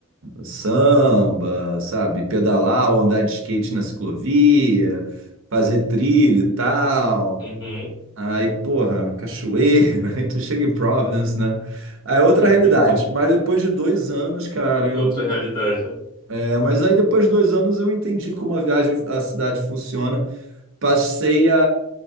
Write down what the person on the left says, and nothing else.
uhum.
<laughs>
Outra realidade.